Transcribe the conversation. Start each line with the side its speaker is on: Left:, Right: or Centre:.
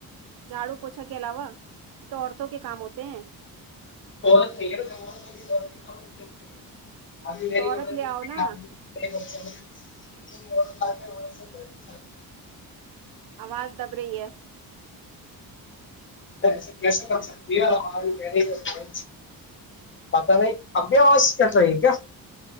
Right: جھاڑو پوچھا کے علاوہ یہ تو عورتوں کے کام ہوتے ہیں
Left: بت <unintelligible>
Right: تو عورت
Left: ابھیی
Right: لے آؤ نا
Left: <unintelligible>
Right: آواز دب رہی ہے
Left: س کر سکتی ہم پتا نہیں ابھیوس کر رہی ہے کیا